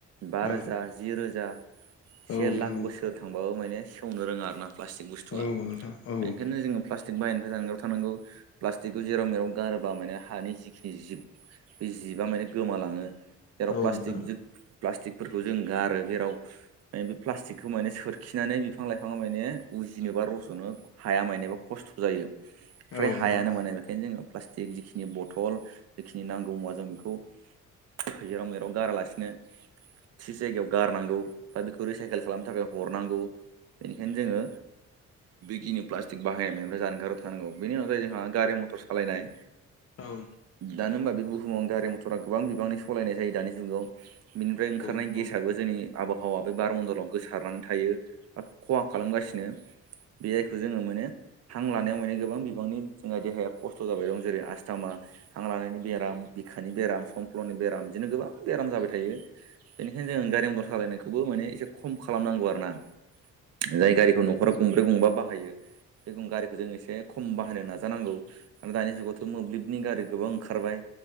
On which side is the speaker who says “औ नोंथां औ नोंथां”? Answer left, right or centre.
Left